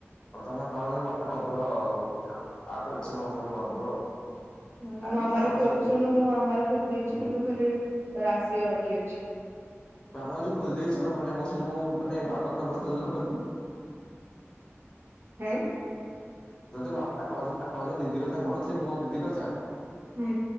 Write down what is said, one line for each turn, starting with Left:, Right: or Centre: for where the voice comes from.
Left: ପ୍ରଥମେ ତମେ ହେଲେ ମତେ କରିଦବ ଆଉ ଆପରେ କିଛି ସମୟ ମତେ ତମେ କରିଦେବ ଆଉ।
Right: ହୁଁ
Left: ଆରେ
Right: ମୋ ମାମାର
Left: ମୁଁ ରାଗିକି
Right: ଖୋଲ ଶୁଣୁନୁ
Left: ହୁଁ
Right: ମୁଁ ମାମାର ଖୋଲି ଦେଇଛି
Left: ହୁଁ
Right: କିନ୍ତୁ ଖାଲି ଆସିବା ବାକି ଅଛି।
Left: ମାମା ର ଯୋଉ ଖୋଲିଦେଇଛ ମାନେ ମୋ ସ ମୋ ମାନେ ବାପାଙ୍କ ନମ୍ବର ଖୋଲିଦେଲେ ହବନି?
Right: ଏଁ।
Left: <unintelligible> ଦିଦି କଥା କହୁନଥିଲି ମୋ ଦିଦି କଥା।
Right: ଉୁଁ।